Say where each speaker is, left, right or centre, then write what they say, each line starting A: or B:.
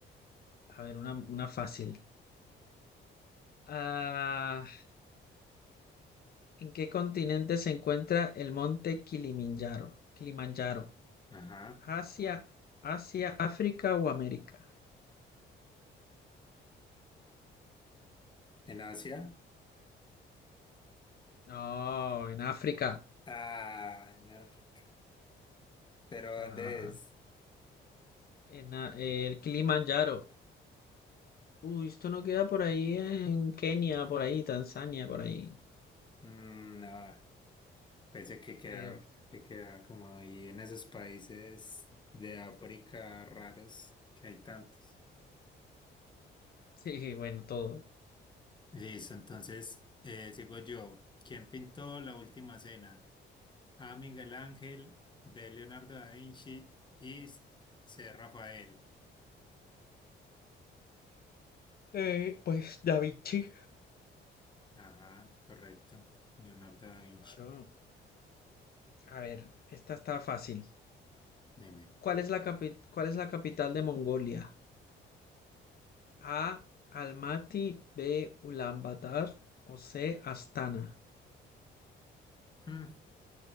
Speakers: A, on the left; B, on the left.
A: a ver, una, una fácil. Ah, ¿en qué continente se encuentra el monte Kilimanjaro? Kilimanjaro.
B: Ajá.
A: ¿Asia, Asia, África o América?
B: ¿En Asia?
A: No, en África.
B: Ah, en África. ¿Pero
A: Ah,
B: dónde es?
A: en a- el Kilimanjaro. Uy, esto no queda por ahí en Kenia, por ahí, Tanzania, por ahí,
B: Mm, no, pensé que queda,
A: creo. <laughs>
B: que queda como ahí en esos países de África raros que hay tantos.
A: Sí, bueno, todo.
B: Listo, entonces eh, sigo yo. ¿Quién pintó la última cena? A. Miguel Ángel, B. Leonardo da Vinci y C. Rafael.
A: Eh, pues Da Vinci.
B: Ajá, correcto. Leonardo da Vinci.
A: Claro. A ver, esta está fácil.
B: Deme.
A: ¿Cuál es la capi- cuál es la capital de Mongolia? A, Almaty, B, Ulaanbaatar o C, Astana.
B: Hmm,